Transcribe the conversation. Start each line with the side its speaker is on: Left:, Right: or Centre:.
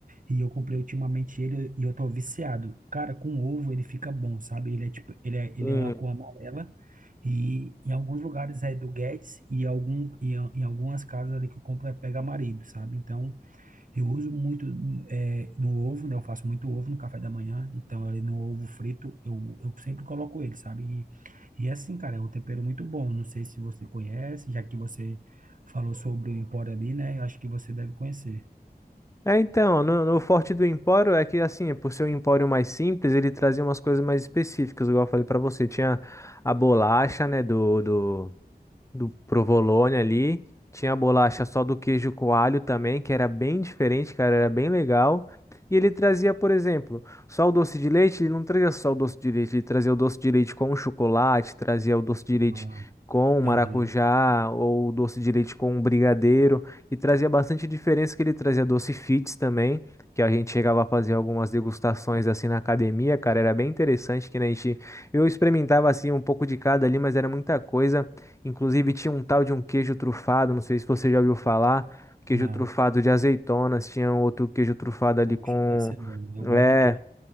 Right: E eu comprei ultimamente ele e eu tô viciado. Cara, com ovo ele fica bom, sabe? Ele é tipo, ele é,
Left: Hum,
Right: ele é uma cor amarela e em alguns lugares é do Guedes e algum, e em algumas casas ali que eu compro é pega marido, sabe? Então, eu uso muito é, no ovo, né? Eu faço muito ovo no café da manhã. Então, ali no ovo frito, eu, eu sempre coloco ele, sabe? E, e é assim, cara, é um tempero muito bom. Não sei se você conhece, já que você falou sobre o Empório ali, né? Eu acho que você deve conhecer.
Left: É, então, no, no forte do Empório é que, assim, por ser um empório mais simples, ele trazia umas coisas mais específicas, igual eu falei pra você. Tinha a bolacha, né, do, do, do provolone ali. Tinha a bolacha só do queijo coalho também, que era bem diferente, cara, era bem legal. E ele trazia, por exemplo, só o doce de leite, ele não trazia só o doce de leite, ele trazia o doce de leite com chocolate, trazia o doce de leite
Right: Ah,
Left: com maracujá
Right: entendi.
Left: ou o doce de leite com brigadeiro e trazia bastante diferença que ele trazia doce fits também, que a gente chegava a fazer algumas degustações assim na academia, cara, era bem interessante que né, a gente eu experimentava assim um pouco de cada ali, mas era muita coisa. Inclusive tinha um tal de um queijo trufado, não sei se você já ouviu falar, queijo
Right: Não.
Left: trufado de azeitonas, tinha um outro queijo trufado ali
Right: Oxe,
Left: com,
Right: deve ser bom. Eu gosto
Left: é,
Right: de queijo.